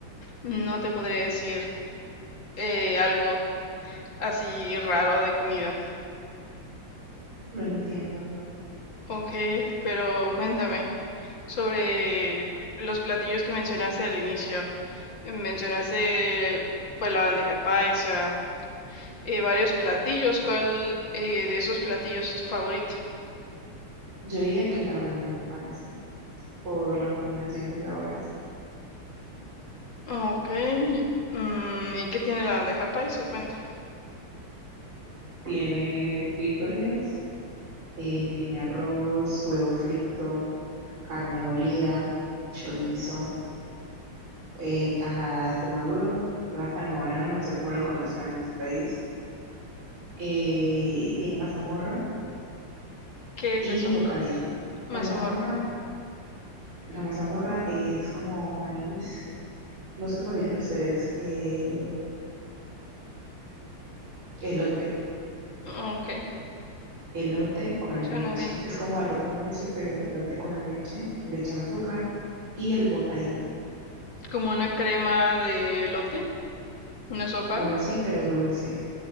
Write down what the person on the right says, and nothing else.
<laughs> Lo entiendo.
Yo diría que la bandeja paisa, por la combinación de sabores.
Tiene frijoles, eh, tiene arroz, huevo frito, carne molida, chorizo, eh, tajadas de maduro, plátano, banano, no sé cómo lo conozcan en tu país. Eh, tiene mazamorra
y
bocadillo.
La mazamorra, la mazamorra es como maíz, no sé cómo le dicen ustedes, eh, Elote,
elote con
leche.
Es como arroz con leche, pero elote con leche, le echan azúcar y el bocadillo.
Algo así, pero dulce.